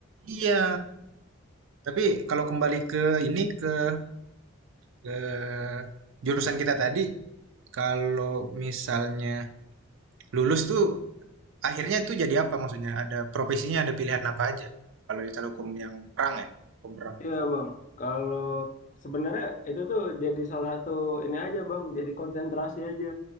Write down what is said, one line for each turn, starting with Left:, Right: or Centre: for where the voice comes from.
Right: iya. Tapi kalau kembali ke ini, ke ke jurusan kita tadi, kalau misalnya lulus tuh Akhirnya itu jadi apa maksudnya? Ada profesinya, ada pilihan apa aja? Kalau jasa hukum yang perang ya, hukum perang.
Left: iya bang kalau sebenarnya itu tuh jadi salah satu ini aja bang jadi konsentrasi aja